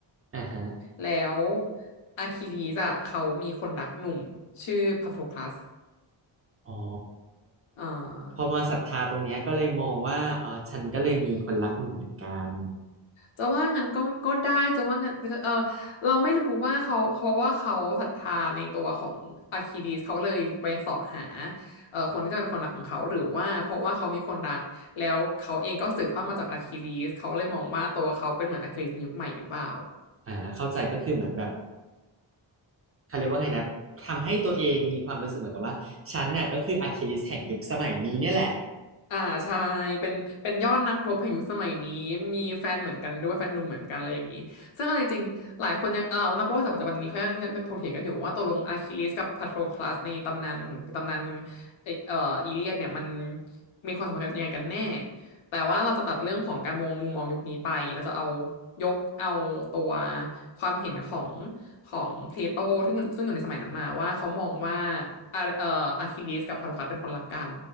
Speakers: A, on the right (about 30°); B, on the left (about 85°).
A: อ่าฮะ
B: แล้วอะคิลีสอ่ะเขามีคนรักหนุ่มชื่อพาโทคลัส
A: อ๋อ
B: อ่า
A: พอมาศรัทธาตรงเนี้ยก็เลยมองว่าเออฉันก็เลยมีคนรักหนุ่มเหมือนกัน
B: จะว่างั้นก็ก็ได้จะว่างั้นเออเราไม่รู้ว่าเขาเขาว่าเขาศรัทธาในตัวของอาคิดีสเขาเลยไปเสาะหาเอ่อคนที่จะเป็นคนรักของเขาหรือว่าเพราะว่าเขามีคนรักแล้วเขาเองก็สืบทอดมาจากอาคิลีสเขาเลยมองว่าตัวเขาเป็นเหมือนอาคิลีสในยุคใหม่หรือเปล่า
A: อ่าเข้าใจก็คือเหมือนแบบเขาเรียกว่าไงนะทำให้ตัวเองมีความรู้สึกเหมือนกับว่าฉันน่ะก็คืออะคิลิสแห่งยุคสมัยนี้เนี่ยแหละ
B: อ่าใช่เป็นเป็นยอดนักรบแห่งยุคสมัยนี้มีแฟนเหมือนกันด้วยแฟนหนุ่มเหมือนกันอะไรอย่างนี้ซึ่งเอาจริงๆหลายคนยังเออนักประวัติศาสตร์ปัจจุบันนี้เขายังถกเถียงกันอยู่ว่าตกลงอะคิลิสกับพัทโคลัสในตำนานของตำนานเอ่อเอ่ออีเลียดเนี่ยมันมีความสัมพันธ์กันยังไงกันแน่แต่ว่าเราจะตัดเรื่องของการมองมุมมองยุคนี้ไปแล้วจะเอายกเอาตัวความเห็นของของเพลโตซึ่งอยู่ซึ่งอยู่ในสมัยนั้นมาว่าเขามองว่าอะเอ่ออะคิลิสกับพาโคลัสเป็นคนรักกัน